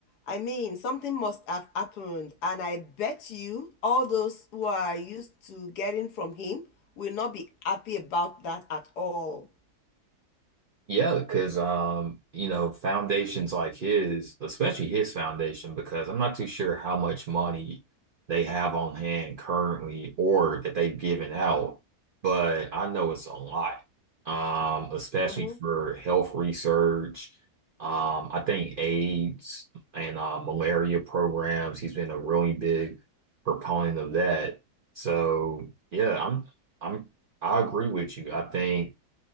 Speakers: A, on the left; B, on the right.
A: I mean, something must have happened, and I bet you all those who are used to getting from him will not be happy about that at all.
B: Yeah, because um, you know, foundations like his, especially his foundation, because I'm not too sure how much money they have on hand currently or that they've given out, but I know it's a lot. Um, especially
A: Mhm.
B: for health research. Um, I think AIDS and uh, malaria programs, he's been a really big proponent of that. So yeah, I'm I'm I agree with you. I think